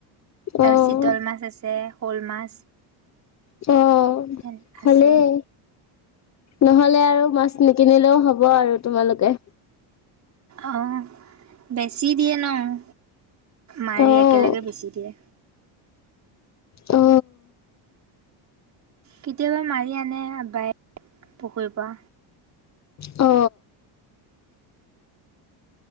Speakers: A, on the right; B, on the left.
A: তাৰপিছত
B: অ',
A: চিতল মাছ আছে, শ'ল মাছ।
B: অ'।
A: এন
B: ভালেই,
A: আছে।
B: নহ'লে আৰু মাছ নিকিনিলেও হ'ব আৰু তোমালোকে।
A: অ', বেচি দিয়ে ন' মাৰি
B: অ',
A: একেলগে বেচি দিয়ে।
B: অ।
A: কেতিয়াবা মাৰি আনে আব্বাই পুখুৰীৰ পৰা।
B: অ।